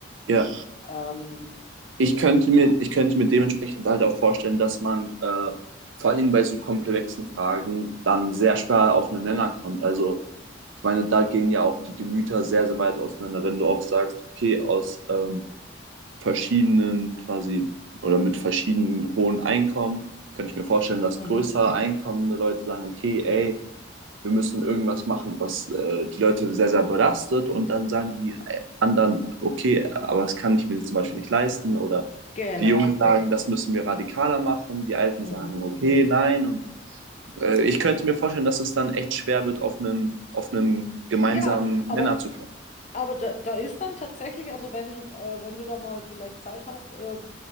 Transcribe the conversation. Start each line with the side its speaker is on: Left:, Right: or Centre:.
Right: ja.
Left: Ähm,
Right: Ich
Left: ja.
Right: könnte mir, ich könnte mir dementsprechend halt auch vorstellen, dass man äh, vor allen Dingen bei so komplexen Fragen dann sehr schwer auf einen Nenner kommt. Also ich meine, da gehen ja auch die Gemüter sehr, sehr weit auseinander. Wenn du auch sagst, okay, aus ähm, verschiedenen quasi oder mit verschiedenen hohen Einkommen, kann ich mir vorstellen, dass
Left: Mhm.
Right: größere einkommende Leute sagen, okay, ey, wir müssen irgendwas machen, was äh, die Leute sehr, sehr belastet und dann sagen die anderen, okay, aber das kann ich mir zum Beispiel nicht leisten oder
Left: Genau.
Right: die Jungen sagen, das müssen wir radikaler machen, die Alten
Left: Mhm.
Right: sagen, okay, nein und äh, ich
Left: Ja,
Right: könnte mir vorstellen, dass es dann echt schwer wird, auf einen, auf einen gemeinsamen
Left: Ja, aber
Right: Nenner zu kommen.
Left: Aber da, da ist dann tatsächlich, also wenn, äh, wenn du da mal vielleicht Zeit hast, äh,